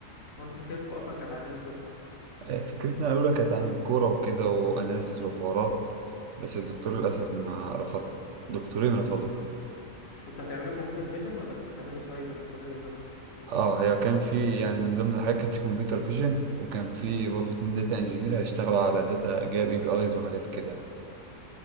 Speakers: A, on the left; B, on the right.
A: وانتوا فكرتكم اصلا كانت عن ايه بالظبط
B: آه، فكرتنا الأولى كانت عن الكورة وكده وأناليسز وحوارات بس الدكتور للأسف ما رفضها دكتورين رفضوها
A: كنت هتعمله كمبيوتر فيجن ولا كنت هتعمله سايت ولا كنت هتعمله بالظبط
B: اه هي كان في يعني من ضمن الحاجات كان في كمبيوتر فيجن وكان في برضه اتنين داتا انجينير هيشتغلوا على داتا جاب اي بي ايز وحاجات كده